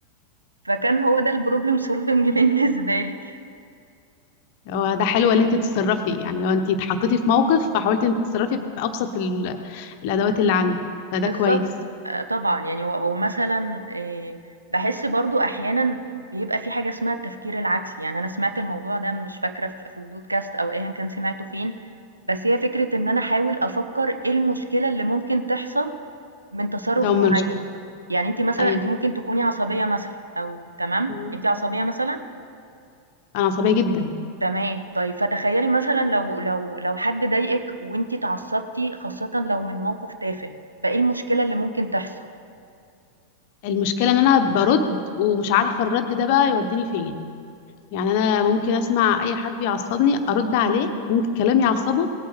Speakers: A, on the right; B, on the left.
A: فكان هو ده الproblem solving بالنسبة لي.
B: هو ده حلو ان انت تتصرفي يعني لو انت اتحطيتي في موقف فحاولتي انت تتصرفي بابسط ال... الادوات اللي عندك فده
A: بالضبط،
B: كويس
A: آآ طبعًا، يعني و ومثلًا آآ باحس برضه أحيانًا بيبقى في حاجة اسمها التفكير العكسي، يعني أنا سمعت الموضوع ده مش فاكرة ف في podcast أو أيًا كان سمعته فين، بس هي فكرة إن أنا أحاول أفكّر إيه المشكلة اللي ممكن تحصل من تصرُّف
B: ده هم
A: معيّن،
B: مش
A: يعني أنتِ مثلًا
B: ايوه
A: أنتِ ممكن تكوني عصبية مثلًا أو تمام،
B: مم.
A: أنتِ عصبية مثلًا؟
B: انا عصبيه جدا
A: تمام، طيب فتخيّلي مثلًا لو لو لو حد ضايقِك وأنتِ اتعصبتِ خاصةً لو من موقِف تافه، فإيه المشكلة اللي ممكن تحصل؟
B: المشكله ان انا برد ومش عارفه الرد ده بقى يوديني فين يعني انا ممكن اسمع اي حد يعصبني ارد عليه ممكن كلام يعصبه